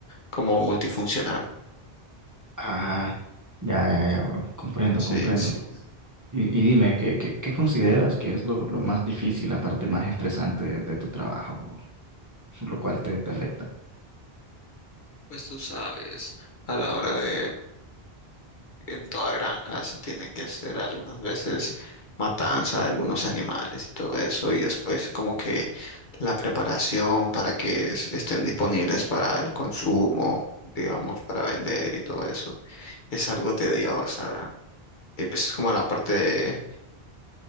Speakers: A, on the left; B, on the right.
A: como multifuncional.
B: Ah, ya, ya, ya, bro. Comprendo,
A: Sí,
B: comprendo.
A: sí.
B: Y, y dime, ¿qué, qué, qué consideras que es lo, lo más difícil, la parte más estresante de, de tu trabajo, lo cual te, te afecta?
A: Pues tú sabes, a la hora de, en toda granja se tienen que hacer algunas veces matanza de algunos animales y todo eso, y después como que la preparación para que es- estén disponibles para el consumo, digamos, para vender y todo eso, es algo tedioso Empiezas como la parte de,